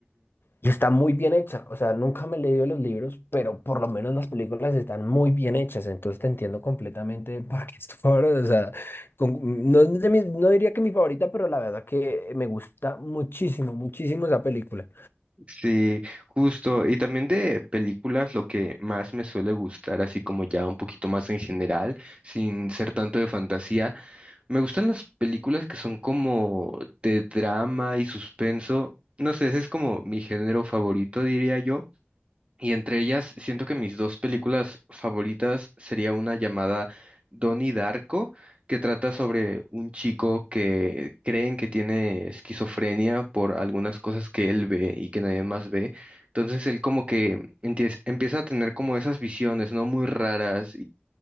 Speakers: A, on the left; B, on the right.
A: y está muy bien hecha. O sea, nunca me he leído los libros, pero por lo menos las películas están muy bien hechas, entonces te entiendo completamente para qué es tu favorita. <laughs> O sea, con- no, es de mis- no diría que mi favorita, pero la verdad que me gusta muchísimo, muchísimo esa película.
B: Sí, justo. Y también de películas, lo que más me suele gustar, así como ya un poquito más en general, sin ser tanto de fantasía, me gustan las películas que son como de drama y suspenso. No sé, ese es como mi género favorito, diría yo. Y entre ellas, siento que mis dos películas favoritas sería una llamada Donnie Darko, que trata sobre un chico que creen que tiene esquizofrenia por algunas cosas que él ve y que nadie más ve. Entonces él como que entie- empieza a tener como esas visiones, ¿no? Muy raras